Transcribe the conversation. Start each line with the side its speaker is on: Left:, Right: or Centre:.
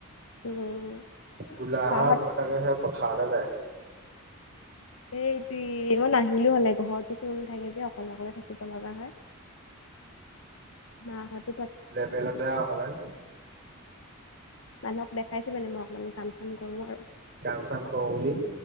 Left: উম!
Right: কোলা
Left: বাহত
Right: হোৱা ভয় তাকেহে পথাৰলৈ যায়।
Left: এইটো মই নাহিলো হলে ঘৰতো কোন নথাকে যে অকলে অকলে থাকিব লগা হয়। মা হতো।
Right: লেবেলতে অকমান।
Left: মানুহক দেখাইছো মানে মই অকমান কাম চাম কৰো আৰু।
Right: কাম চাম কৰো বুলি।